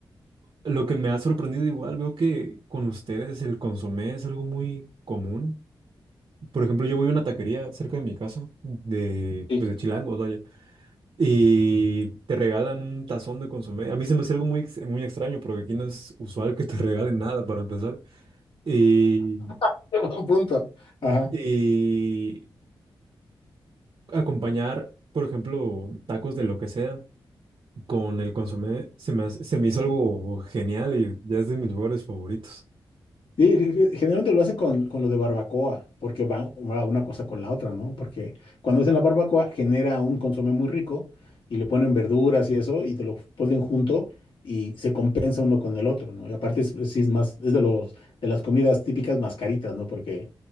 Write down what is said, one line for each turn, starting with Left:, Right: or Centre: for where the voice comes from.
Right: lo que me ha sorprendido igual, veo que con ustedes el consomé es algo muy común. Por ejemplo, yo voy a una taquería cerca de mi casa, de,
Left: Sí.
Right: pues de Chilangos, vaya. Y te regalan un tazón de consomé. A mí se me hace algo muy, ex- muy extraño porque aquí no es usual que te <laughs> regalen nada para empezar. Y,
Left: <laughs> Buen punto. Ajá.
Right: y acompañar, por ejemplo, tacos de lo que sea con el consomé se me, hace- se me hizo algo genial y ya es de mis lugares favoritos.
Left: Sí, fí- fí- generalmente lo hacen con, con lo de barbacoa, porque va, va una cosa con la otra, ¿no? Porque cuando hacen la barbacoa genera un consomé muy rico y le ponen verduras y eso y te lo ponen junto y se compensa uno con el otro, ¿no? Y aparte es, sí es más, es de los, de las comidas típicas más caritas, ¿no? Porque